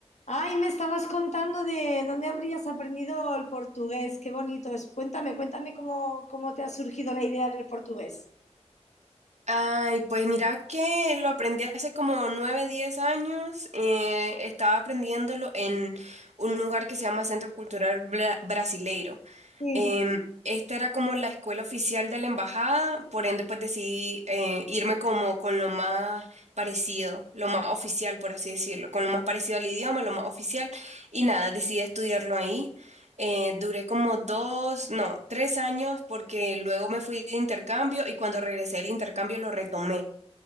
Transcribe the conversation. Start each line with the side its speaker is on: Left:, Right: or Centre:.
Left: Ay, me estabas contando de dónde habrías aprendido el portugués. Qué bonito es. Cuéntame, cuéntame cómo, cómo te ha surgido la idea del portugués.
Right: Ay, pues mira que lo aprendí hace como 9, 10 años. eh, estaba aprendiéndolo en un lugar que se llama Centro Cultural Bra- Brasileiro.
Left: Sí,
Right: Em, esta era como la escuela oficial de la embajada, por ende pues decidí eh, irme como con lo más parecido, lo más oficial, por así decirlo, con lo más parecido al idioma, lo más oficial, y nada, decidí estudiarlo ahí. Eh, duré como dos, no, tres años porque luego me fui de intercambio y cuando regresé del intercambio lo retomé.